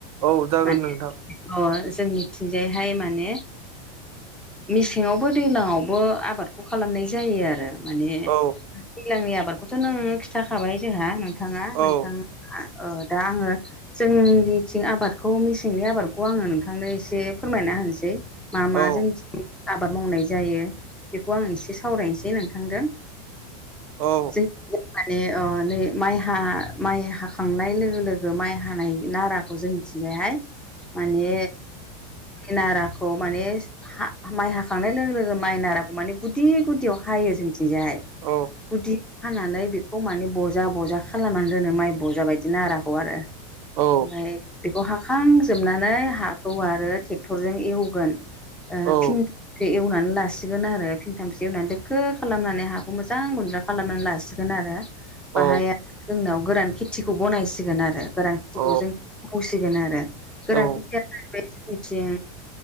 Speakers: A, on the right; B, in the centre.
A: औ जागोन
B: माने
A: नोंथां
B: अ जोंनिथिंजायहाय माने मेसेङावबो दैलाङावबो आबादखौ खालामनाय जायो आरो माने
A: औ
B: दैलांनि आबादखौथ' नोङो खिन्थाखाबाय जोंहा नोंथाङा
A: औ
B: नोंथां दा आङो जोंनिथिं आबादखौ मेसेंनि आबादखौ आङो नोंथांनो एसे फोरमायना होनोसै मा
A: औ
B: मा जोंथिं आबाद मावनाय जायो बेखौ आं एसे सावरायनोसै नोंथांजों
A: औ
B: जों माने नै माइ हा माइ हाखांनाय लोगो लोगो माइ हानाय नारा खौ जोंथिंजायहाय माने नाराखौ माने हा माइ हाखांनाय लोगो लोगो माइ नाराखौ माने गुदि गुदियाव हायो जोंथिंजायहाय
A: औ
B: गुदि हानानै बेखौ माने बजा बजा खालामनानै दोनो माइ बजा बायदिनो नाराखौ आरो
A: औ
B: ओमफाय बेखौ हाखांजोबनानै हाखौ आरो ट्रेक्टरजों एवगोन
A: औ
B: फिन ब्रै एवनानै लासिगोन आरो फिनथामसो एवनानै दोखो खालामनानै हाखौ मोजां गुन्द्रा खालामनानै लासिगोन आरो
A: औ
B: बाहाय‌ जोंनाव गोरान खेथिखौ बनायसिगोन आरो गोरान खेथिखौ
A: औ
B: जों मावसिगोन आरो गोरान
A: औ
B: खेथिया नै बे जोंनिथिं